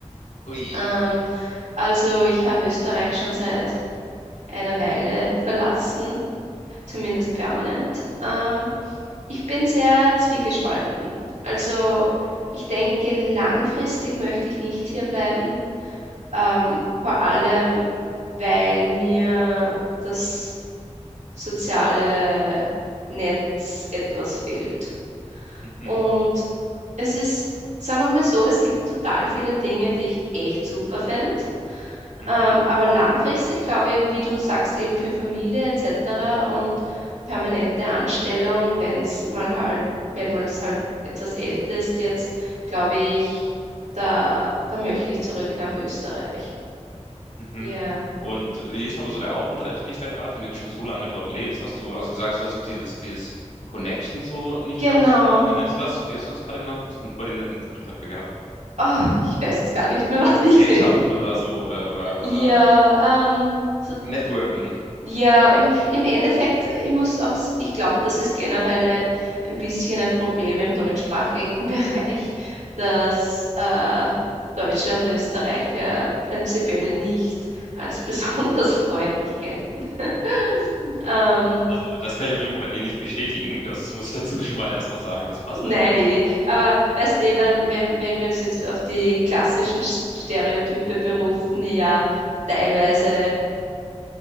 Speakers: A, on the left; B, on the right.
A: Ui.
B: Ähm, also ich habe Österreich schon seit einer Weile verlassen, zumindest permanent. Ähm, ich bin sehr zwiegespalten. Also ich denke, langfristig möchte ich nicht hier bleiben, ähm, vor allem weil mir das soziale Netz etwas fehlt.
A: Mhm,
B: Und es ist, sagen wir mal so, es gibt total viele Dinge, die ich echt super fände.
A: mhm,
B: Ähm, aber langfristig, glaube ich, wie du sagst, eben für Familie etc. und permanente Anstellung, wenn es mal halt, wenn man es halt etwas älter ist jetzt, glaube ich, da, da möchte ich zurück nach Österreich.
A: mhm.
B: Ja,
A: Und wie ist aber so der Aufenthalt für dich da gerade, wenn du jetzt schon so lange dort lebst? Hast du, also du sagst, du hast doch dieses, dieses Connection so nicht
B: genau.
A: ganz so, wie, wie nennst du das? Wie hast du das gerade genannt? Du hast einen voll den netten Begriff dafür gehabt.
B: Oh, ich weiß jetzt gar nicht mehr, <laughs> was
A: Gesellschaften
B: ich sel-
A: oder so oder oder oder
B: Ja, ähm, so,
A: Networken.
B: ja, im, im Endeffekt, ich muss auch, s- ich glaube, das ist generell ein, ein bisschen ein Problem im deutschsprachigen <laughs> Bereich, dass äh, Deutsche und Österreicher prinzipiell nicht als besonders <laughs> freundlich gelten. <laughs> Ähm,
A: Also das kann ich auf jeden Fall bei dir nicht bestätigen. Das muss ich dazu schon mal erstmal sagen. Das passt
B: nein,
A: eigentlich.
B: eh. Aber weißt du, wenn, wenn, wenn wir uns jetzt auf die klassischen St- Stereotype berufen, die ja teilweise.